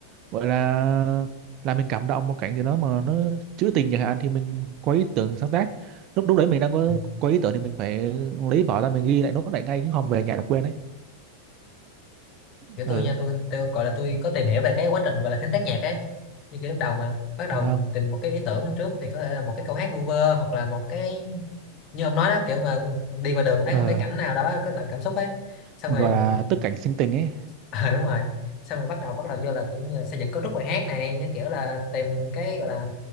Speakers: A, on the right (about 40°); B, on the left (about 35°).
A: Vậy là là mình cảm động một cảnh gì đó mà nó trữ tình chẳng hạn thì mình có ý tưởng sáng tác. Lúc lúc đấy mình đang có
B: ừ.
A: có ý tưởng thì mình phải lấy vở ra mình ghi lại nốt lại ngay chứ không về nhà là quên đấy.
B: kiểu
A: Ừ,
B: tôi nha tôi tôi gọi là tôi có tìm hiểu về cái quá trình gọi là sáng tác nhạc ấy như kiểu lúc đầu mà bắt đầu
A: phải không?
B: tìm một cái ý tưởng trước thì có thể là một cái câu hát vu vơ hoặc là một cái như ông nói đó kiểu mà đi qua đường thấy
A: Ờ,
B: một cái cảnh nào đó có đậm cảm xúc ấy xong
A: gọi
B: rồi
A: là tức cảnh sinh tình ấy.
B: à, đúng rồi xong rồi bắt đầu bắt đầu vô là kiểu như là xây dựng cấu trúc bài hát này như kiểu là tìm cái gọi là